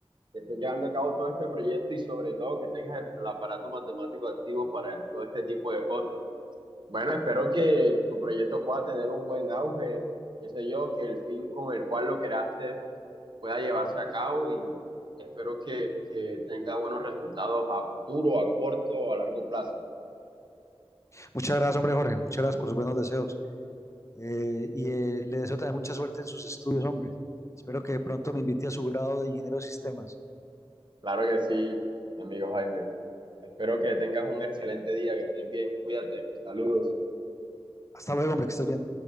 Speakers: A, on the right; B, on the left.
A: que estés llevando a cabo todo este proyecto y sobre todo que tengas el, el aparato matemático activo para todo este tipo de cosas. Bueno, espero que tu proyecto pueda tener un buen auge, qué sé yo, que el fin con el cual lo creaste pueda llevarse a cabo y espero que, que tenga buenos resultados a futuro, a corto o a largo plazo.
B: Muchas gracias, hombre, Jorge. Muchas gracias por sus buenos deseos. Eh, y eh, le deseo también mucha suerte en sus estudios, hombre. Espero que pronto me invite a su grado de ingeniero de sistemas.
A: Claro que sí, mi amigo Jaime. Espero que tengas un excelente día, que estés bien, cuídate, saludos.
B: Hasta luego, hombre, que estés bien.